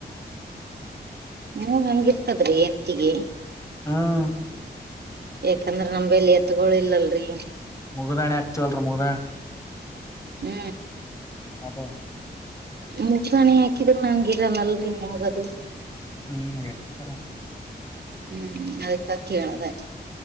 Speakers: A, on the right; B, on the left.
A: ಮೂಗ್ ಹೆಂಗ್ ಇರ್ತದ್ರಿ ಎತ್ತಿಗೆ
B: ಹ್ಮ್
A: ಯಾಕಂದ್ರ ನಮ್ಲ್ಲಿ ಎತ್ಗೋ ಇಲ್ಲಲ್ರಿ.
B: ಮುಗದಾಣೆ ಎತ್ <unintelligible>
A: ಹ್ಮ್
B: ಅದೆ
A: ಮುಗ್ಧಣಿ ಹಾಕಿದ್ರ ನಂಗ ಇರಲ್ಲಲ್ರಿ ಮುಗದು
B: <unintelligible>
A: ಹ್ಮ್ ಆಯ <unintelligible>